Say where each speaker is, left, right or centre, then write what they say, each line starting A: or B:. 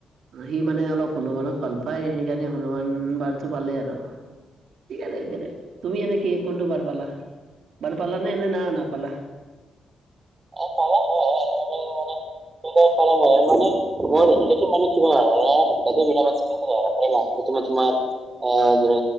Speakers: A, on the right (about 75°); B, on the right (about 30°).
A: সি মানে অলপ হনুমানক ভাল পায়, সেইকাৰণে হনুমান বাৰটো পালে আৰু। ঠিক আছে তুমি এনে কি কোনটো বাৰ পালা বাৰ পালা নে এনে না নাপালা?
B: অ' পালো অলপ মানে কৰা হয় মানে বৰ এনেকে মানে কিবা হয় সপ্তাহ মৰাম আছে <unintelligible> প্ৰথমে তোমাৰ আহ, যেনে